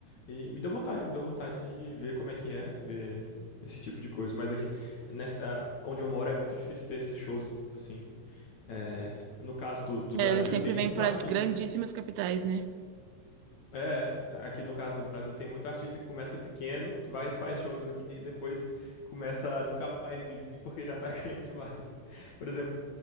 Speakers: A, on the left (about 55°); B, on the right (about 85°).
A: E me deu vontade, me deu vontade de ver como é que é, ver esse tipo de coisa. Mas aqui, nessa, ah, onde eu moro é muito difícil ter esses shows assim. É, no caso do, do
B: É,
A: Brasil,
B: eles sempre
A: tem muito
B: vêm para
A: artista
B: as grandíssimas capitais, né?
A: é, é. aqui no caso do Brasil tem muito artista que começa pequeno, vai faz shows aqui e depois começa a nunca mais vir <laughs> porque já tá <laughs> grande demais. Por exemplo,